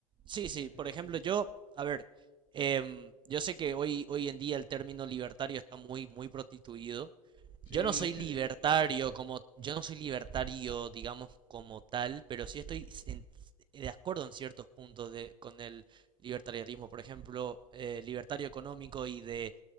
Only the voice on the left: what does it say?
En
castellano.
Sí,